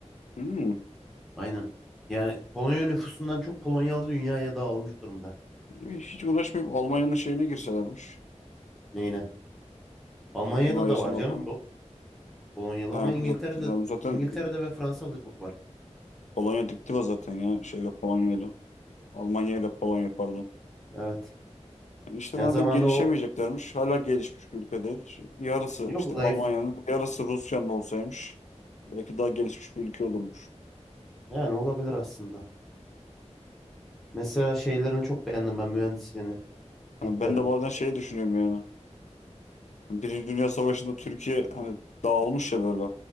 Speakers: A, on the left; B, in the centre.
A: Hmm.
B: Aynen. Yani Polonya nüfusundan çok Polonyalı dünyaya dağılmış durumda.
A: Hiç uğraşmayıp Almanya'nın şeyine girselermiş.
B: Neyine? Almanya'da
A: Himayesine
B: da var canım
A: bakalım.
B: çok. Polonyalı
A: Ha,
B: ama İngiltere'de
A: zaten, zaten
B: İngiltere'de ve Fransa'da çok var.
A: Polonya diptiva zaten ya şeyle Polonya'yla. Almanya ile Polonya pardon.
B: Evet.
A: Yani işte
B: Yani
A: madem
B: zamanda
A: gelişemeyeceklermiş
B: o
A: hala gelişmiş bir ülke değil. Şu Yarısı
B: yok
A: işte
B: zayıf.
A: Almanya'nın yarısı Rusya'nın olsaymış. Belki daha gelişmiş bir ülke olurmuş.
B: Yani olabilir aslında. Mesela şeylerini çok beğendim ben mühendisliğini. Hitler'in.
A: Yani ben de bazen şey düşünüyorum yani. Birinci Dünya Savaşı'nda Türkiye hani dağılmış ya böyle.